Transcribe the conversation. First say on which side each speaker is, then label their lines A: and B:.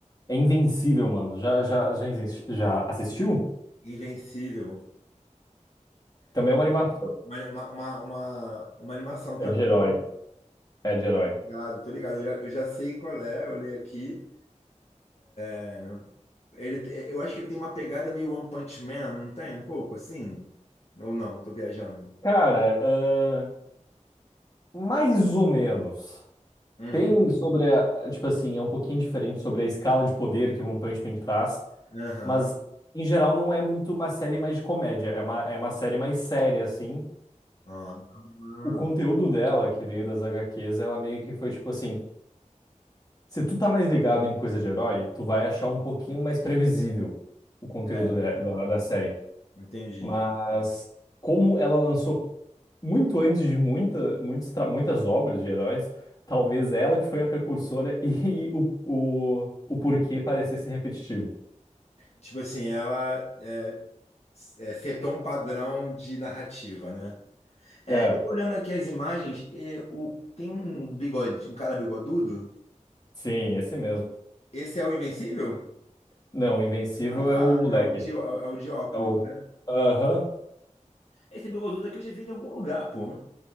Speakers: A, on the left; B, on the left.
A: É Invencível, mano. Já, já, já, insisti- já assistiu?
B: Invencível.
A: Também é uma animação.
B: Uma, uma, uma, uma uma animação
A: É
B: também.
A: de herói. É de herói.
B: Tô ligado, tô ligado. Eu já, eu já sei qual é, eu olhei aqui. É. Ele, te- eu acho que ele tem uma pegada meio One Punch Man, não tem? Um pouco assim? Ou não, eu tô viajando.
A: Cara, ahn, mais ou menos.
B: Uhum.
A: Tem sobre a, tipo assim, é um pouquinho diferente sobre a escala de poder que One Punch Man traz,
B: Aham.
A: mas em geral não é muito uma série mais de comédia, é uma, é uma série mais séria, assim.
B: Ah, ah.
A: O conteúdo dela, que veio das HQs, ela meio que foi tipo assim. Se tu tá mais ligado em coisa de herói, tu vai achar um pouquinho mais previsível o conteúdo
B: É,
A: da, da, da série.
B: entendi.
A: Mas como ela lançou muito antes de muita, muitos, tra- muitas obras de heróis, talvez ela que foi a precursora <laughs> e, o, o, o porquê parecesse repetitivo.
B: Tipo assim, ela é, é, setou um padrão de narrativa, né? É,
A: É,
B: eu tô olhando aqui as imagens, e o, tem um bigode, um cara bigodudo.
A: sim, esse mesmo.
B: Esse é o Invencível?
A: Não, o Invencível
B: Ah, tá.
A: é o moleque.
B: É o de, é o de óculos,
A: É o.
B: né?
A: Aham.
B: Esse bigodudo aqui eu já vi em algum lugar, pô.